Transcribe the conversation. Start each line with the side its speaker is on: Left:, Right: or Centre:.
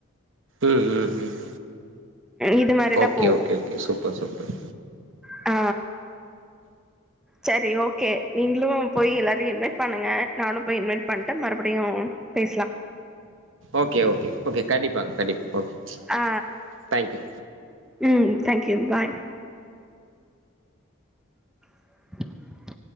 Right: ம் ம் ம்
Centre: இது மாரிதா
Right: ஓகே
Centre: போகு
Right: ஓகே ஓகே சூப்பர் சூப்பர்
Centre: ஆ சரி ஓகே நீங்ளு போய் எல்லோரயு இன்வைட் பண்ணுங்க நானு போய் இன்வைட் பண்ணிட்டு மறுபடியு பேச்லா
Right: ஓகே ஓகே ஓகே கண்டிப்பாங்க கண்டிப்பாங் ஓகே
Centre: ஆ
Right: தேங்க்யூ
Centre: ம் தேங்க்யூ பாய் ப் ப்